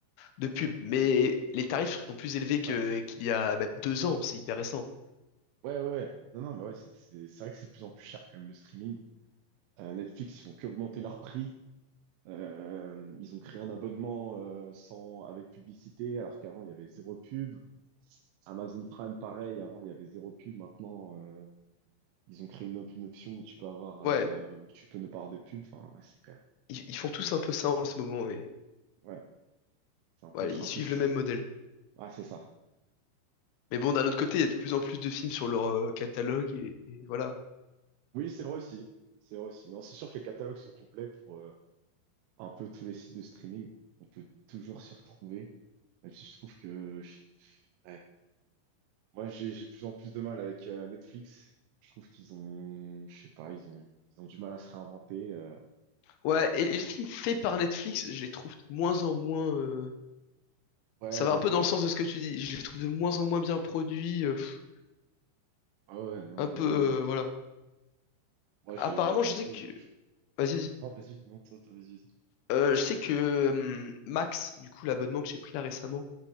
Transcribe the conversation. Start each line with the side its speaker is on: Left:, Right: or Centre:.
Left: de pub. Mais les tarifs sont plus élevés que
Right: ouais,
Left: qu'il y a même deux ans, c'est hyper récent.
Right: ouais, ouais. ouais. Non, non, mais ouais, c'est c'est- c'est vrai que c'est de plus en plus cher quand même le streaming. Euh, Netflix, ils font qu'augmenter leur prix. Euh, ils ont créé un abonnement euh, sans avec publicité, alors qu'avant il y avait zéro pub. Amazon Prime, pareil, avant il y avait zéro pub, maintenant. euh, Ils ont créé une, op- une option où tu peux avoir,
Left: Ouais,
Right: euh, où tu peux ne pas avoir de pub. Enfin, ouais, c'est quand même,
Left: ils, ils font tous un peu ça en ce moment, et
Right: ouais, c'est un peu,
Left: ouais,
Right: c'est
Left: ils
Right: un
Left: suivent
Right: peu chiant.
Left: le même modèle.
Right: Ah, c'est ça.
Left: Mais bon, d'un autre côté, il y a de plus en plus de films sur leur euh, catalogue et, et voilà.
Right: Oui, c'est vrai aussi. C'est vrai aussi. Non, c'est sûr que les catalogues sont complets pour euh, un peu tous les sites de streaming. On peut toujours s'y retrouver. Même si je trouve que, je- ouais. Moi, j'ai, j'ai de plus en plus de mal avec euh, Netflix. Je trouve qu'ils ont, je sais pas, ils ont, ils ont du mal à se réinventer. euh.
Left: Ouais, et, et les films faits par Netflix, je les trouve de moins en moins. euh,
Right: Ouais,
Left: Ça va un peu
Right: ouais,
Left: dans
Right: ouais.
Left: le sens de ce que tu dis. Je les trouve de moins en moins bien produits. euh, pff,
Right: Ah ouais, non,
Left: un
Right: non,
Left: peu,
Right: mais oui,
Left: euh,
Right: oui. oui.
Left: voilà.
Right: Moi, j'ai,
Left: Apparemment,
Right: moi perso,
Left: je sais que.
Right: je-
Left: Vas-y, vas-y.
Right: non, vas-y, non, toi, toi, vas-y, vas-y.
Left: Euh, je sais que hum, Max, du coup, l'abonnement que j'ai pris là récemment,